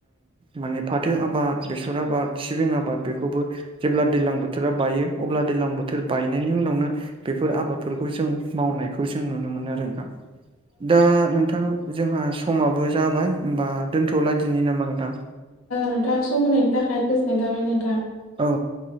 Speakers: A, on the right; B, on the left.
A: माने फाथो आबाद बेसर आबाद सिबिं आबाद बेखौबो जेब्ला दैज्लां बोथोरा बायो अब्ला दैज्लां बोथोर बायनायनि उनावनो बेफोर आबादफोरखौ जों मावनायखौ जों नुनो मोनो आरो नोंथां दा नोंथां जोंहा समाबो जाबाय होनोमबा दोनथ'लादिनि नामा नोंथां
B: नोंथां सम होनायनि थाखाय गोजोननाय थाबाय नोंथां
A: औ